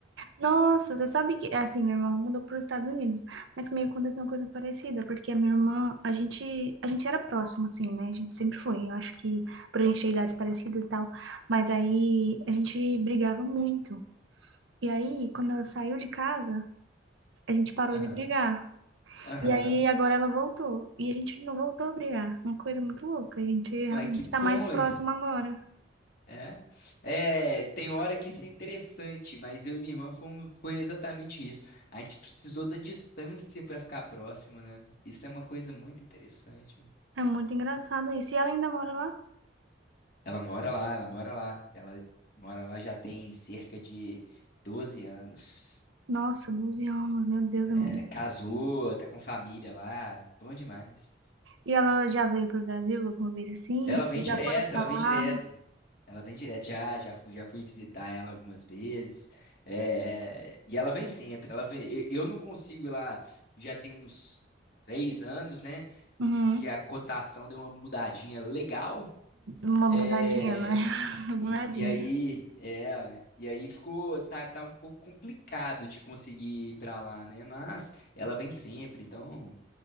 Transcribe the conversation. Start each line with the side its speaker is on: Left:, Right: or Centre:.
Right: nossa, você sabe que, assim, minha irmã mudou para os Estados Unidos, mas comigo aconteceu uma coisa parecida, porque a minha irmã, a gente, a gente era próxima assim, né, a gente sempre foi, eu acho que por a gente ter idades parecidas e tal, mas aí a gente brigava muito, e aí, quando ela saiu de casa, a gente parou
Left: Aham,
Right: de brigar,
Left: aham.
Right: E aí agora ela voltou. E a gente não voltou a brigar. Uma coisa muito louca. A gente realmente
Left: Mas que
Right: tá
Left: bom
Right: mais próximo
Left: isso,
Right: agora.
Left: é. É, tem hora que isso é interessante, mas eu e minha irmã fomos, foi exatamente isso. A gente precisou da distância para ficar próximo, né? Isso é uma coisa muito interessante. né?
Right: É muito engraçado isso. E ela ainda mora lá?
Left: Ela mora lá, ela mora lá. Ela mora lá já tem cerca de 12 anos.
Right: Nossa, 12 anos, meu Deus,
Left: É,
Right: é muito
Left: casou,
Right: tempo.
Left: tá com família lá, bom demais.
Right: E ela já veio pro Brasil alguma vez assim?
Left: Ela vem
Right: Vocês
Left: direto,
Right: já foram pra
Left: ela vem
Right: lá?
Left: direto. Ela vem direto, já, já fui, já fui visitar ela algumas vezes. É, e ela vem sempre. Ela vem, eu, eu não consigo ir lá, já tem uns três anos, né?
Right: Uhum.
Left: Porque a cotação deu uma mudadinha legal.
Right: Uma
Left: É,
Right: mudadinha, né? <laughs> Uma mudadinha.
Left: e, e aí, é, e aí ficou, tá, tá um pouco complicado de conseguir ir pra lá, né? Mas ela vem sempre, então.